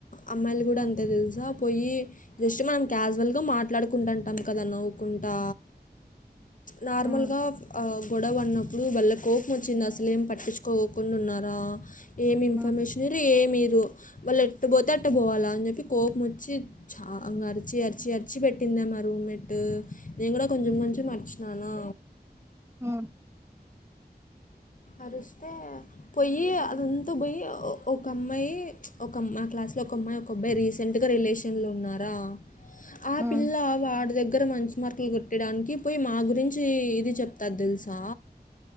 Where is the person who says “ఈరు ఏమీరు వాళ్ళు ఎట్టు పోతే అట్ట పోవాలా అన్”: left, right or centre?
Left